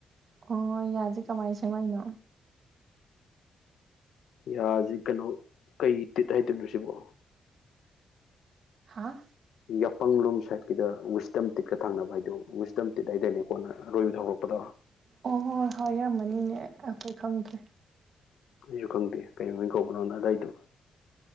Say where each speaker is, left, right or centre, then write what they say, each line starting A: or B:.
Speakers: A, on the right (about 50°); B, on the left (about 80°).
A: ꯑꯣ ꯌꯥꯁꯦ ꯀꯃꯥꯏꯅ ꯁꯦꯝꯃꯛꯏꯅꯣ
B: ꯌꯥꯔꯁꯤ ꯀꯩꯅꯣ ꯀꯩ ꯇꯤꯠ ꯍꯥꯏꯗꯣꯏꯅꯣ ꯁꯤꯕꯣ
A: ꯍꯥꯥ
B: ꯌꯥꯄꯪꯂꯣꯝ ꯁꯥꯠꯀꯤꯗ ꯋꯤꯁꯇꯝ ꯇꯤꯠꯀ ꯊꯪꯅꯕ ꯍꯥꯏꯗꯣ ꯋꯤꯁꯇꯝ ꯇꯤꯠ ꯍꯥꯏꯗꯔꯅꯦ ꯀꯣꯟꯅ ꯑꯔꯣꯏꯕꯗ ꯍꯧꯔꯛꯄꯗ
A: ꯑꯣ ꯍꯣꯏ ꯍꯣꯏ ꯍꯣꯏ ꯏꯔꯃꯅꯤꯅꯦ ꯑꯩꯈꯣꯏ ꯈꯪꯗꯦ
B: ꯑꯩꯁꯨ ꯈꯪꯗꯦ ꯀꯩ ꯀꯧꯕꯅꯣꯅ ꯑꯗꯥꯏꯗꯨ